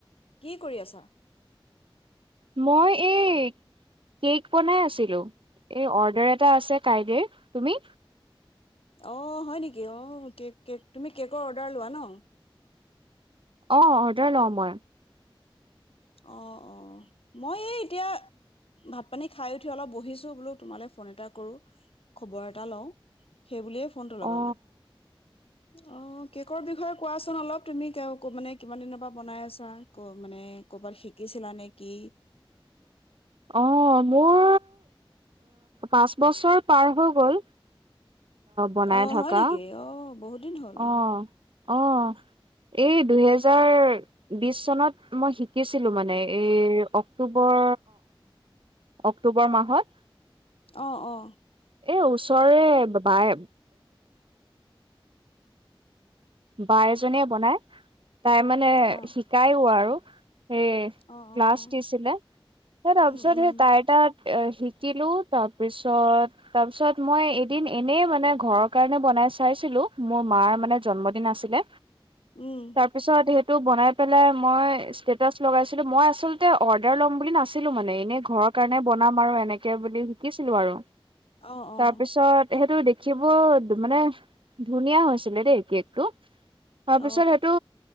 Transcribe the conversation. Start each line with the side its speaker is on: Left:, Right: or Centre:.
Left: কি কৰি আছা?
Right: মই এই কেক বনাই আছিলো এই অৰ্ডাৰ এটা আছে কাইলৈ তুমি?
Left: অ হয় নেকি অ কেক কে তুমি কেকৰ অৰ্ডাৰ লোৱা ন?
Right: অ অৰ্ডাৰ লওঁ মই।
Left: অ অ মই এই এতিয়া ভাত পানী খাই উঠি অলপ বহিছো বোলো তোমালে ফোন এটা কৰো খবৰ এটা লওঁ। সেই বুলিয়ে ফোনটো লগালো,
Right: অ
Left: অ কেকৰ বিষয়ে কোৱাচোন অলপ তুমি ক মানে কিমান দিনৰ পৰা বনাই আছা ক মানে কৰ'বাত শিকিছিলা নে কি
Right: অ মোৰ পাঁচ বছৰ পাৰ হৈ গ'ল বনাই
Left: অ
Right: থকা।
Left: হয় নেকি অ বহুত দিন হ'ল
Right: অ অহ এই দুহেজাৰ বিশ চনত মই শিকিছিলো মানে এই অক্টোবৰ অক্টোবৰ মাহত
Left: অ অ
Right: এ ওচৰৰে বাই বা এজনীয়ে বনাই তাই মানে
Left: অ
Right: শিকায়ও আৰু। সেই
Left: অ
Right: ক্লাছ
Left: অ
Right: দিছিলে ত তাৰপিছত
Left: উম উম
Right: সেই তাই তাত এ শিকিলো তাৰপিছত তাৰ পিছত মই এদিন এনেই মানে ঘৰৰ কাৰণে বনাই চাইছিলো, মোৰ মাৰ মানে জন্ম দিন আছিলে,
Left: উম
Right: তাৰপিছত সে বনাই পেলাই মই ষ্টেটচ লগাইছিলো মই আচলতে অৰ্ডাৰ ল'ম বুলি নাছিলো মানে এনে ঘৰত কাৰণে বনাম আৰু এনেকে বুলি শিকিছিলো আৰু।
Left: অ অ
Right: তাৰপিছত সেইটো দেখিব মানে ধুনীয়া হৈছিলে দেই কেক টো তাৰ
Left: অ
Right: পিছত সেইটো